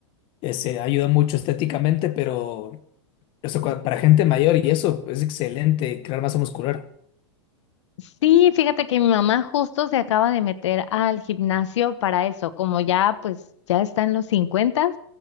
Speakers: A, on the left; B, on the left.
A: eh, se ayuda mucho estéticamente, pero eso cua- para gente mayor y eso es excelente, crear masa muscular.
B: Sí, fíjate que mi mamá justo se acaba de meter al gimnasio para eso, como ya pues ya está en los 50,